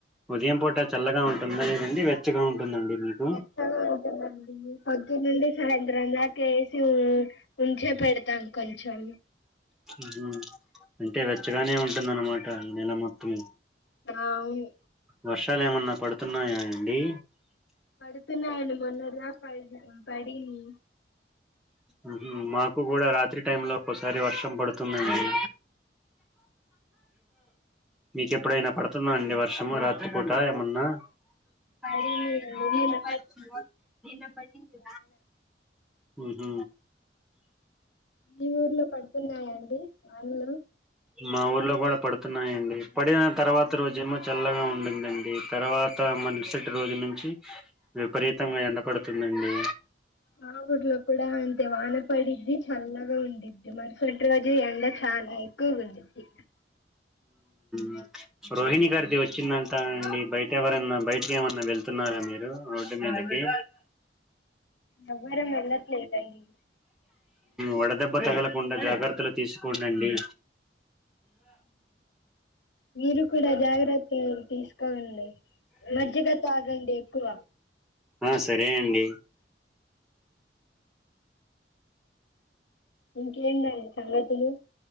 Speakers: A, in the centre; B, on the left (about 80°).
A: ఉదయం పూట చల్లగా ఉంటుందా లేదండి వెచ్చగా ఉంటుందండి మీకు
B: వచ్చగా ఉంటుందండి పొద్దున్నుండి సాయం త్రం దాక ఏసి ఉంచే పెడతాం కొంచెం
A: ఉహు. అంటే వెచ్చగానే ఉంటుందనమాట నెల మొత్తం
B: ఆ అవును
A: వర్షాల్ ఏమన్నా పడుతున్నాయా అండి
B: పడుతున్నాయండి మొన్నడ్దాక పడింది
A: మ్హ్ మాకు కూడా రాత్రి టై లో ఒక్కోసారి వర్షం పడుతుందండి మీకెప్పుడైనా పడుతుందా అండి వర్షము రాత్రిపూట ఏమన్నా మళ్ళీ
B: పడింది అండి
A: మళ్ళీ
B: నిన్న
A: పడి నిన్న పడింది మ్హ్
B: మీ ఊర్లో పడుతున్నాయాండి వానలు
A: మా ఊర్లో గూడా పడుతున్నాయండి పడిన తర్వాత రోజేమొ చల్లగా ఉ ఉండుందండి తర్వాత మరుసటి రోజు నుంచి విపరీతంగా ఎండపడుతుందండి
B: ఆ ఊర్లో గూడా అంతే వాన పడది చల్లగా ఉండిద్ది మరుసటి రోజు ఎండొచ్చ్ చాల ఎక్కువగుండిద్ది
A: మ్ రోహిణీ గారి టి వచ్చిందంట అండి బయట ఎవరన్నా బయటకి ఏమన్నా వెళ్తున్నారా మీరు రోడ్డు మీదకి
B: ఎవ్వరం వెళ్ళట్లేదండి
A: వడదెబ్బ తగలకుండా జాగ్రత్తలు తీసుకోడండి
B: మీరు కూడా జాగ్రత్తలు తీసుకోండి మజ్జిగ తాగండి ఎక్కువ
A: ఆ సరే అండి
B: ఇంకేందండి సంగతులు